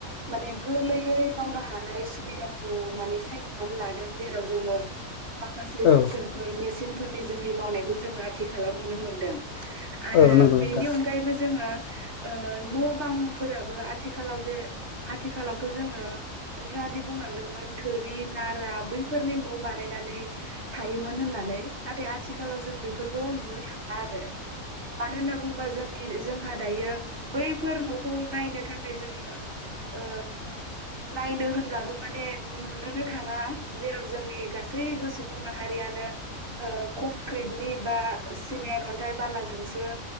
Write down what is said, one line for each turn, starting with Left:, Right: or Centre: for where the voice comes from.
Right: माने गोरलै यै मावनो हानाय सुबिदाखौ माने सायख'नानै लादों जेराव जोङो माखासे
Left: औ
Right: जोनथोरफोर मेसिनफोरनि जोहै मावनाय खौ जोङो आथिखालाव नुनो मोनदों आरो
Left: औ नंगौ
Right: बेनि
Left: नोंथां
Right: अनगायैबो जोङो ओ न' बांफोराबो आथिखालाव जे आथिखालावथ' जोङो नोंथाङा दि बुंलांदोंमोन थोरि नारा बैफोरनि न' बानायनानै थायोमोन होननानै नाथाय आथिखालाव जों बेफोरखौ नुनो थांला आरो। मानो होन बा जोंनि जोंहा दायो बैफोर न'खौ नायनो थाखाय जोङो ओ नायनो होनब्लाबो माने नुनोनो थाङा जेराव जोंनि गासैबो सुबुं माहारियानो ओ कंक्रिटनि बा सिमेन्ट, अन्थाइ, बालाजोंसो